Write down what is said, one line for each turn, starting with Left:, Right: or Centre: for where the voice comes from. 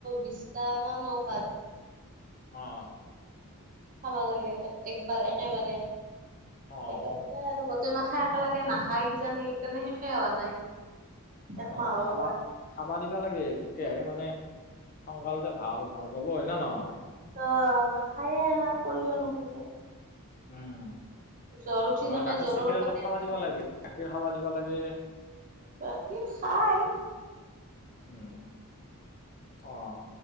Right: বিশটা টামান ঔষধ
Left: <inaudible> অ'
Right: খাবা লাগে একবাৰ একেবাৰে সেইকাৰণে
Left: অ
Right: আৰু মাখে <unintelligible> একেলগে নাখায় কিজানি সেইকাৰণে শেষাই হোৱা নাই একমাহৰ
Left: অ খাবা
Right: ঔষধ
Left: খাবা দিবা লাগে তেতিয়াহে মানে সংকালতে ভাল ভাল পাব হয় না নহয়
Right: অ নাখায়ে না কলিও নুশুনে
Left: উম
Right: জ্বৰ উঠি
Left: নহয়
Right: থাকে
Left: গাখীৰ-চাখীৰ
Right: জ্বৰৰ কাৰণে
Left: অলপ খাবা
Right: নাখায়
Left: দিবা লাগে গাখীৰ খাবা দিবা লাগে
Right: গাখীৰ খাই
Left: উম, অ'